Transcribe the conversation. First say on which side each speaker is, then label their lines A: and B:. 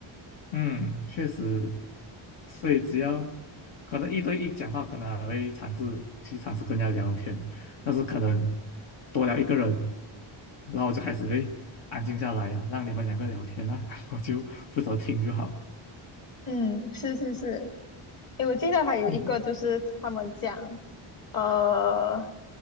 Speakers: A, on the left; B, on the left.
A: 嗯，确实，所以只要可能一对一讲话，可能还会尝试去尝试跟人家聊天，但是可能多聊一个人，然后我就开始会安静下来啊，让你们两个聊天啊，<laughs> 我就负责听就好。
B: 嗯，是是是。诶，我记得还有一个就是他们讲，
A: 嗯
B: 呃，